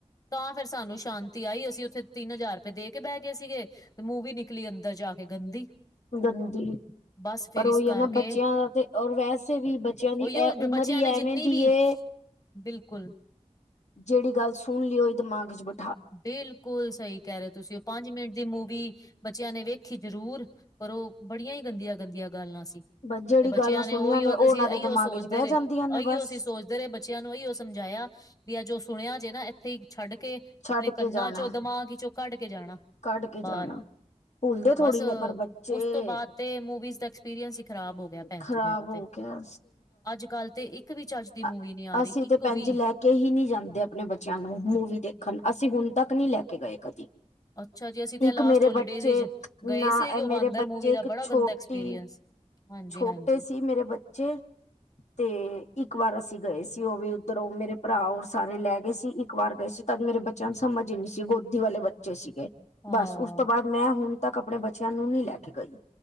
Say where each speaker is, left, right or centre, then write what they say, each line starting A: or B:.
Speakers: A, on the left (about 30°); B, on the left (about 70°).
A: ਤਾਂ ਫਿਰ ਸਾਨੂੰ ਸ਼ਾਂਤੀ ਆਈ ਅਸੀਂ ਉੱਥੇ ਤਿੰਨ ਹਜ਼ਾਰ ਰੁਪਏ ਦੇ ਕੇ ਬਹਿ ਗਏ ਸੀਗੇ। ਤੇ ਮੂਵੀ ਨਿਕਲੀ ਅੰਦਰ ਜਾ ਕੇ ਗੰਦੀ।
B: ਗੰਦੀ
A: ਬਸ ਫੇਰ
B: ਪਰ
A: ਇਸ
B: ਉਹੀ ਹੈ
A: ਕਰਕੇ
B: ਨਾ ਬੱਚਿਆਂ ਦਾ ਤੇ ਔਰ ਵੈਸੇ ਵੀ
A: ਉਹੀਓ
B: ਬੱਚਿਆਂ ਦੀ ਇਹ ਉਮਰ
A: ਬੱਚਿਆਂ
B: ਹੀ
A: ਨੇ ਜਿੰਨੀ
B: ਐਵੇਂ ਦੀ
A: ਵੀ
B: ਏਹ
A: ਬਿਲਕੁਲ।
B: ਜਿਹੜੀ ਗੱਲ ਸੁਣ ਲਿਓ ਦਿਮਾਗ ਚ ਬਿ
A: ਬਿਲਕੁਲ ਸਹੀ ਕਹਿ ਰਹੇ ਤੁਸੀਂ ਉਹ ਪੰਜ ਮਿੰਟ ਦੀ ਮੂਵੀ ਬੱਚਿਆਂ ਨੇ ਵੇਖੀ ਜ਼ਰੂਰ ਪਰ ਉਹ ਬੜੀਆਂ ਹੀ ਗੰਦੀਆਂ ਗੰਦੀਆਂ ਗਾਲਾਂ ਸੀ।
B: ਬਸ ਜੇੜੀ
A: ਤੇ ਬੱਚਿਆਂ
B: ਗੱਲਾਂ ਸੁਣੀਆਂ
A: ਨੇ ਉਹੀਓ
B: ਉਹ
A: ਤੇ ਅਸੀਂ
B: ਉਹਨਾਂ
A: ਇਹੀਓ
B: ਦੇ ਦਿਮਾਗ
A: ਸੋਚਦੇ
B: ਚ ਬਹਿ
A: ਰਹੇ
B: ਜਾਂਦੀਆਂ ਨੇ
A: ਅਹੀਓ
B: ਬਸ।
A: ਅਸੀਂ ਸੋਚ ਇਧਰੇ ਬੱਚਿਆਂ ਨੂੰ ਹੀ ਉਹ ਸਮਝਾਇਆ ਵੀ ਅ ਜੋ ਸੁਣਿਆ ਜੇ ਨਾ ਇੱਥੇ ਹੀ ਛੱਡ ਕੇ
B: ਛੱਡ
A: ਆਪਣੇ ਕੰਨਾਂ
B: ਕੇ ਜਾਣਾ,
A: ਚੋਂ ਦਿਮਾਗ ਚੋਂ ਕੱਢ ਕੇ ਜਾਣਾ।
B: ਕੱਢ ਕੇ
A: ਬਾਹਰ
B: ਜਾਣਾ। ਭੁੱਲਦੇ ਥੋੜ੍ਹੀ
A: ਬਸ
B: ਨੇ ਪਰ ਬੱਚੇ
A: ਉਸ ਤੋਂ ਬਾਅਦ ਤੇ ਮੂਵੀਜ਼ ਪੀਰੀਅਂਸ ਹੀ ਖਰਾਬ ਹੋ ਗਿਆ ਭੈਣ
B: ਖ਼ਰਾਬ
A: ਜੀ ਮੇਰਾ
B: ਹੋ
A: ਤੇ
B: ਗਿਆ
A: ਅੱਜ ਕੱਲ ਤੇ ਇੱਕ ਵੀ ਚੱਜ ਦੀ ਮੂਵੀ
B: ਅ
A: ਨੀ ਆ ਰਹੀ
B: ਅਸੀਂ
A: ਇੱਕ
B: ਤੇ ਪੈਂਜੀ
A: ਵੀ
B: ਲੈ ਕੇ ਹੀ ਨਹੀਂ ਜਾਂਦੇ ਆਪਣੇ ਬੱਚਿਆਂ ਨੂੰ ਮੂਵੀ ਦੇਖਣ। ਅਸੀਂ ਹੁਣ ਤੱਕ ਨਹੀ ਲੈ ਕੇ ਗਏ ਕਦੀ।
A: ਅੱਛਾ ਜੀ ਅਸੀਂ ਤੇ
B: ਇੱਕ
A: ਲਾਸਟ
B: ਮੇਰੇ
A: ਹੋਲੀਡੇਜ਼
B: ਬੱਚੇ
A: ਵਿੱਚ ਗਏ
B: ਨਾ
A: ਸੀ ਅਈਓ
B: ਏਹ ਮੇਰੇ
A: ਬਾਂਦਰ
B: ਬੱਚੇ
A: ਮੂਵੀ ਦਾ
B: ਇੱਕ
A: ਬੜਾ
B: ਛੋਟੀ
A: ਗੰਦਾ ਐਕਸਪੀਰੀਅੰਸ। ਹਾਂਜੀ-ਹਾਂਜੀ
B: ਛੋਟੇ ਸੀ ਮੇਰੇ ਬੱਚੇ ਤੇ ਇੱਕ ਵਾਰ ਅਸੀਂ ਗਏ ਸੀ ਉਹ ਵੀ ਉੱਧਰ ਉਹ ਮੇਰੇ ਭਰਾ ਓਰ ਸਾਰੇ ਲੈ ਗਏ ਸੀ ਇੱਕ ਵਾਰ ਗਏ ਸੀ। ਤਦ ਮੇਰੇ ਬੱਚਿਆਂ ਨੂੰ ਸਮਝ ਹੀ ਨਹੀਂ ਸੀ ਗੋਦੀ ਵਾਲੇ ਬੱਚੇ ਸੀਗੇ।
A: ਹਾਂ
B: ਬਸ ਉਸ ਤੋਂ ਬਾਅਦ ਮੈਂ ਹੁਣ ਤੱਕ ਆਪਣੇ ਬੱਚਿਆਂ ਨੂੰ ਨਹੀਂ ਲੈ ਕੇ ਗਈ